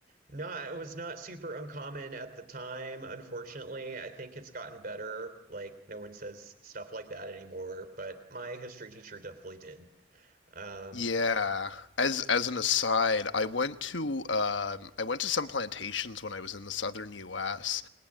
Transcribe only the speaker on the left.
Yeah. As as an aside, I went to um I went to some plantations when I was in the southern US